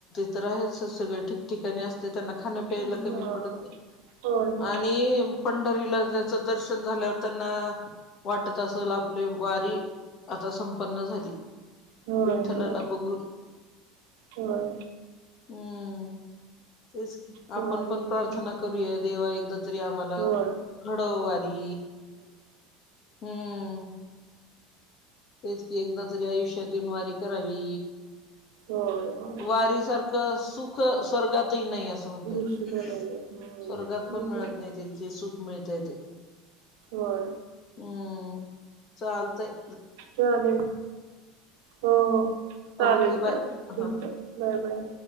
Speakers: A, on the left (about 35°); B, on the right (about 80°).
A: त राहायचं सगळं ठीक ठिकाणी असतंय त्यांना खाणं प्यायला
B: हा
A: कमी पडत नाही
B: होय होय
A: आणि पंढरीला ज्याचं दर्शन झाल्यावर त्यांना वाटत असल आपली वारी आता संपन्न झाली.
B: होय
A: विठ्ठलाला
B: होय
A: बघून.
B: होय.
A: हम्म तेच की.
B: चालेल
A: आपण पण प्रार्थना
B: चालेल
A: करूया देवा एकदा तरी आम्हाला
B: होय
A: अ घडव वारी हम्म. तेच की एकदा तरी आयुष्यात येऊन वारी करावी
B: होय होय
A: वारी सार खं सुख स्वर्गातही नाही असं म्हणतात
B: दुसरं नाही आहे
A: स्वर्गात
B: बरोबर
A: पण मिळत नाही ते ते सुख मिळतंय इथे.
B: होय.
A: हम्म चालतंय.
B: चालेल. हो हो चालेल
A: ओके बाय
B: चालेल ठीक
A: हा
B: आहे. Bye bye.